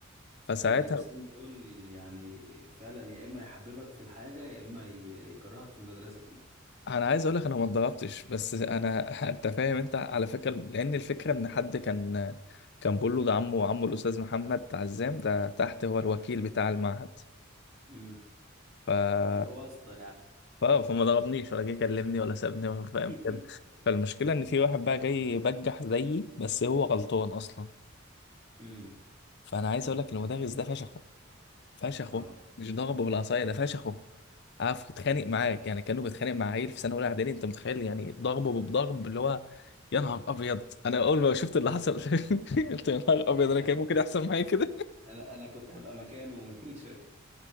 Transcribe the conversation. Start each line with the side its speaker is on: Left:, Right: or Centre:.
Left: فساعتها
Right: المدرسين دول يعني فعلا يا اما يحببك في الحاجة يا اما ي- يكرهك في المدرسة كلها
Left: انا عايز اقول لك انا ما اتضربتش بس انا <laughs> انت فاهم انت على فكره لان الفكره ان حد كان كان بيقول له ده عمه وعمه الاستاذ محمد عزام ده تحت هو الوكيل بتاع المعهد
Right: امم
Left: ف
Right: واسطة يعني
Left: ف- فما ضربنيش ولا جه كلمني ولا سابني ولا فاهم
Right: <laughs>
Left: كده فالمشكله ان في واحد بقى جاي بجح زيي بس هو غلطان اصلا
Right: امم
Left: فانا عايز اقول لك المدرس ده فشخه فشخه
Right: اه
Left: مش ضربه بالعصايه ده فشخه عارف اتخانق
Right: أمم.
Left: معاك يعني كانه بيتخانق مع عيل في سنه اولى اعدادي انت متخيل يعني ضربه بضرب اللي هو يا نهار ابيض انا اول ما شفت اللي حصل <laughs> قلت يا نهار ابيض انا
Right: <laughs>
Left: كان ممكن يحصل معايا كده
Right: انا انا كنت هبقى مكانه من <laughs> شوية.